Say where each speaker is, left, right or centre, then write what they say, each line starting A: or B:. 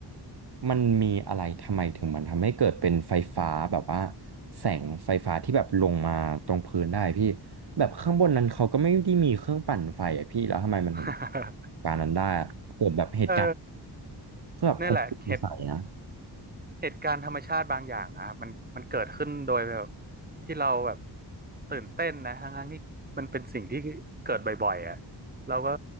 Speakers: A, on the right (about 65°); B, on the right (about 20°).
A: มันมีอะไรทำไมถึงมันทำให้เกิดเป็นไฟฟ้าแบบว่าแสงไฟฟ้าที่แบบลงมาตรงพื้นได้พี่ แบบข้างบนนั้นเขาก็ไม่ได้มีเครื่องปั่นไฟอะพี่แล้วทำไมมันถึง
B: <laughs>
A: การนั้นได้อะเกิดแบบเหตุการณ์
B: เออ
A: ก็แบบผมสงสัยนะ
B: นี่แหละเหตุ เหตุการณ์ธรรมชาติบางอย่างอะครับมันมันเกิดขึ้นโดยแบบที่เราแบบตื่นเต้นนะทั้งทั้งที่มันเป็นสิ่งที่เกิดบ่อยๆอ่ะเราก็